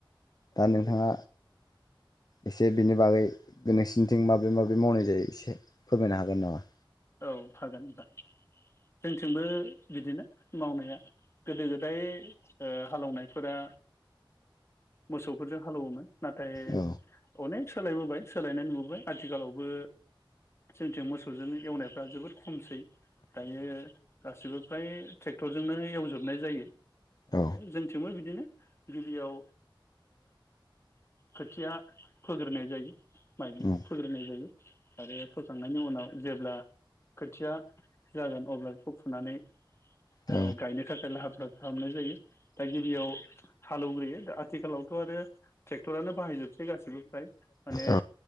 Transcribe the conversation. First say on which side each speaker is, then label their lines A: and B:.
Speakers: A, on the left (about 50°); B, on the left (about 30°).
A: दा नोंथाङा एसे बेनि बागै बे नोंसिनिथिं माब्रै माब्रै मावनाय जायो एसे फोरमायनो हागोन नामा
B: औ हागोन होनबा जोंथिंबो बिदिनो मावनाया गोदो गोदाय हालौवनायफोरा मोसौफोरजों हालौवोमोन नाथाय
A: औ
B: अनेख सोलायबोबाय सोलायनाय नुबोबाय आथिखालावबो जोंथिं मोसौजों एवनायफ्रा जोबोद खमसै दायो गासिबो फ्राय ट्रेक्टरजोंनो एवजोबनाय जायो
A: औ
B: जोंथिंबो बिदिनो गिबियाव खोथिया फोग्रोनाय जायो माइलिखौ
A: उम
B: फोग्रोनाय जायो आरो फोखांनायनि उनाव जेब्ला खोथिया जागोन अब्ला बेखौ फुनानै
A: औ
B: ओ गायनो थाखाय लाहार फाहार खालामनाय जायो दा गिबियाव हालेवग्रोयो दा आथिखालावथ' आरो ट्रेक्टरानो बाहायजोबसै गाैसैबो फ्राय माने
A: औ